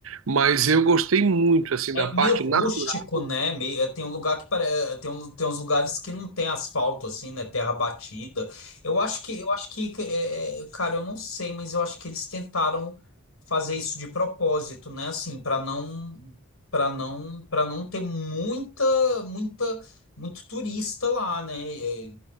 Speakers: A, on the right; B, on the left.
A: Mas eu gostei muito assim
B: É
A: da parte
B: meio rústico,
A: natural,
B: né? Meio, é, tem um lugar que pare- é, tem, um- tem uns lugares que não tem asfalto assim, né? Terra batida. Eu acho que eu acho que é, é, cara, eu não sei, mas eu acho que eles tentaram fazer isso de propósito, né? Assim, para não para não para não ter muita muita muito turista lá, né? É,